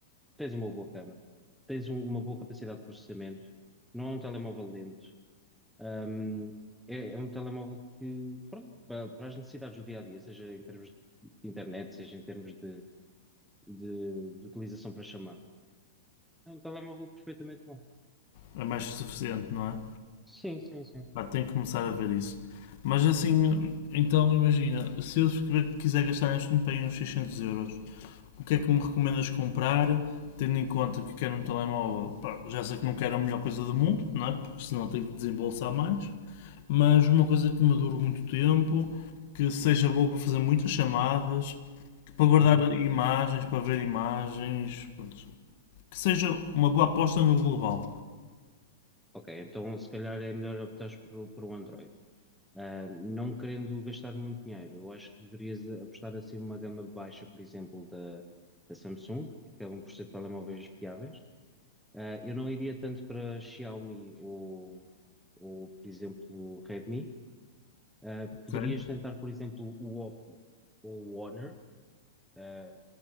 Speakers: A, in the centre; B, on the left.
A: tens uma boa câmara, tens um- uma boa capacidade de processamento, não é um telemóvel lento, hum, é, é um telemóvel que, pronto, pa- para, as necessidades do dia a dia, seja em termos de internet, seja em termos de, de- de utilização para chamada, é um telemóvel perfeitamente bom.
B: É mais que suficiente, não é?
A: Sim, sim, sim.
B: Pá, tenho que começar a ver isso. Mas assim, então imagina, se eu quiser gastar neste momento aí uns 600 euros, o que é que me recomendas comprar, tendo em conta que quero um telemóvel, pá, já sei que não quero a melhor coisa do mundo, não é? porque senão tenho que desembolsar mais, mas uma coisa que me dure muito tempo, que seja boa para fazer muitas chamadas, que para guardar
A: Uhum.
B: imagens, para ver imagens, pronto, que seja uma boa aposta no global.
A: Ok, então se calhar é melhor optar por, por um Android. Ah, não querendo gastar muito dinheiro, eu acho que deverias apostar assim uma gama baixa, por exemplo, da, da Samsung, que acabam por ser telemóveis fiáveis. Ah, eu não iria tanto para Xiaomi ou, ou, por exemplo, Redmi. Ah, poderias
B: Ok.
A: tentar, por exemplo, o Oppo ou o Honor, ah,